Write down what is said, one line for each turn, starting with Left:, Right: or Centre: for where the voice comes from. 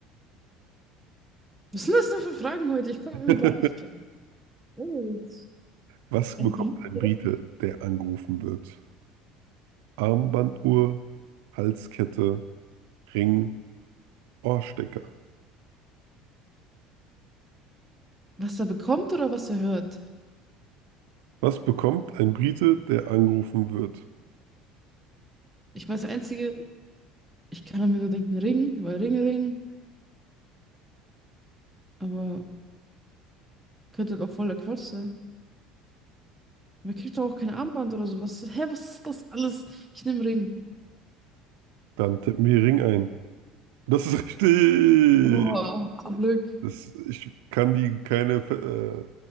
Centre: Was sind das denn für Fragen heute? Ich komme
Right: <laughs>
Centre: irgendwie gar nicht klar. Oh, jetzt
Right: Was
Centre: ein
Right: bekommt
Centre: Brite.
Right: ein Brite, der angerufen wird? Armbanduhr, Halskette, Ring, Ohrstecker.
Centre: Was er bekommt oder was er hört?
Right: Was bekommt ein Brite, der angerufen wird?
Centre: Ich meine, das Einzige, ich kann mir nur denken, Ring, weil Ring, Ring, aber könnte halt auch voller Quatsch sein. Aber er kriegt doch auch kein Armband oder sowas. Hä, was ist das alles? Ich nehme Ring.
Right: Dann tippen wir Ring ein. Das ist richtig.
Centre: Oh, Zum Glück.
Right: Das, ich kann die keine äh,